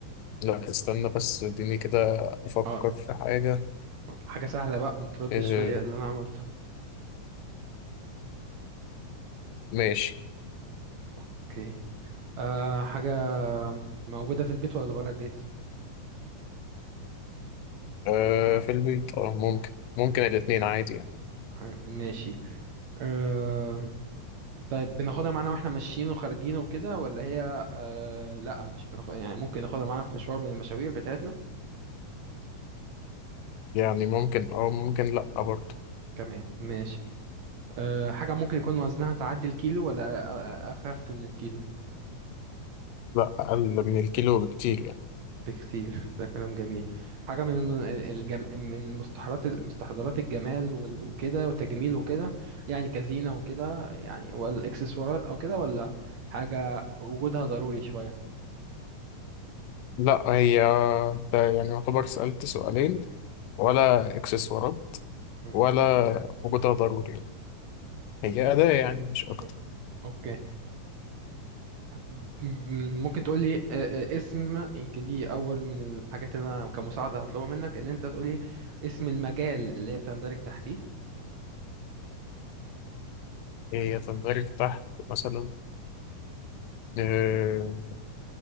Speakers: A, on the left (about 85°); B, on the right (about 60°).
A: لا استنى بس اديني كده افكر
B: اه
A: في حاجة
B: أوكي. حاجة سهلة بقى ما تردش
A: آه...
B: فيا اللي أنا عملته
A: ماشي
B: أوكي أه حاجة موجودة في البيت ولا برا البيت
A: آه في البيت اه ممكن ممكن الاتنين عادي يعني
B: حاجة- ماشي أه طيب بناخدها معانا واحنا ماشيين وخارجين وكده ولا هي أه لا مش بناخد يعني ممكن ناخدها معانا في مشوار من المشاوير بتاعتنا
A: يعني ممكن اه ممكن لأ برضه
B: كمان ماشي أه حاجة ممكن يكون وزنها تعدي الكيلو ولا أ- أ- أخف من الكيلو
A: لأ أقل من الكيلو بكتير يعني
B: بكتير ده كلام جميل حاجة من الجم... من مستحضرات مستحضرات الجمال وال- وكده وتجميل وكده يعني كزينة وكده يعني والإكسسوارات أو كده ولا حاجة وجودها ضروري شوية
A: لأ هي انت يعني يعتبر سألت سؤالين ولا
B: مم.
A: اكسسوارات
B: مم.
A: ولا وجودها ضروري يعني هي أداة يعني مش أكتر
B: أوك- أوكي مم. ممكن تقولي آه، آه، اسم يمكن دي أول من الحاجات اللي أنا كمساعدة هطلبها منك إن أنت تقولي اسم المجال اللي هي بتندرج تحتيه
A: هي تندرج تحت مثلا آه،